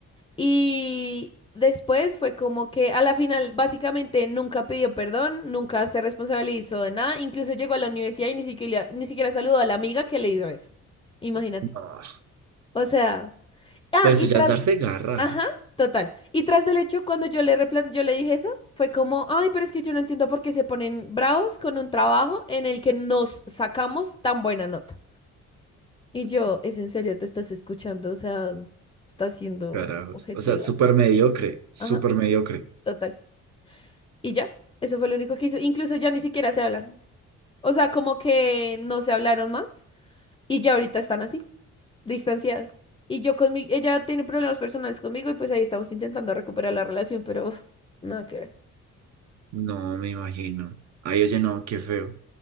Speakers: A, on the left; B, on the right.
A: Y después fue como que a la final básicamente nunca pidió perdón, nunca se responsabilizó de nada, incluso llegó a la universidad y ni siquiera, ni siquiera saludó a la amiga que le hizo eso. Imagínate.
B: Ah,
A: O sea, ah,
B: pero
A: y
B: eso ya
A: tras,
B: es darse garra.
A: ajá, total. Y tras del hecho, cuando yo le replan- yo le dije eso, fue como, ay, pero es que yo no entiendo por qué se ponen bravos con un trabajo en el que nos sacamos tan buena nota. Y yo, ¿es en serio? ¿Te estás escuchando? O sea, estás siendo
B: Carajos.
A: objetiva.
B: O sea, súper mediocre, súper
A: Ajá,
B: mediocre.
A: total. Y ya, eso fue lo único que hizo. Incluso ya ni siquiera se hablan. O sea, como que no se hablaron más y ya ahorita están así, distanciadas. Y yo conmigo, ella tiene problemas personales conmigo y pues ahí estamos intentando recuperar la relación, pero uf, nada que ver.
B: No me imagino. Ay, oye, no, qué feo,